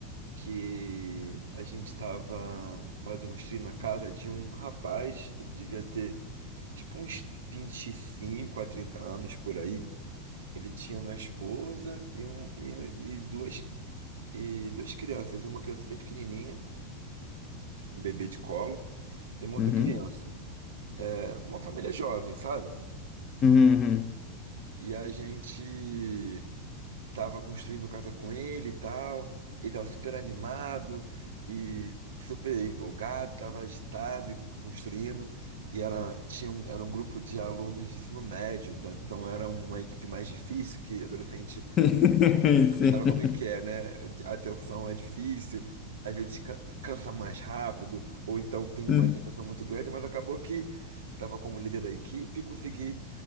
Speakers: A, on the right; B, on the left.
A: que a gente estava fazendo uns trilhos na casa de um rapaz, ele devia ter tipo uns 25 a 30 anos por aí. Ele tinha uma esposa e, um, e, e, duas, e duas crianças, uma criança bem pequenininha, um bebê de colo, e uma outra
B: Uhum.
A: criança. É uma família jovem, sabe?
B: Uhum, uhum.
A: E a gente tava construindo casa com ele e tal. Ele tava super animado e super empolgado, tava agitado e construindo. E era, tinha um, era um grupo de alunos de ensino médio, tá? então era uma equipe mais difícil, que adolescente
B: <laughs>
A: sabe como é que é, né? A atenção é difícil, às vezes ca- cansa mais rápido, ou então tem uma
B: Sim.
A: atenção
B: <laughs>
A: muito grande, mas acabou que eu tava como líder da equipe e consegui